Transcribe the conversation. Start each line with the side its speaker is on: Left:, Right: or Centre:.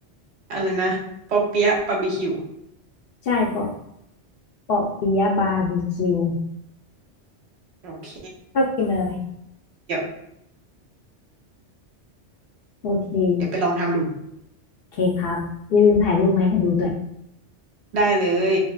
Right: อะไรนะปอเปี๊ยะบาร์บีคิว
Left: ใช่เปาะเปาะปิยะบาร์บีคิว
Right: โอเค
Left: ชอบกินอะไร
Right: เดี๋ยว
Left: โอเค
Right: เดี๋ยวไปลองทำดู
Left: โอเคครับอย่าลืมถ่ายรูปมาให้ดูด้วย
Right: ได้เลย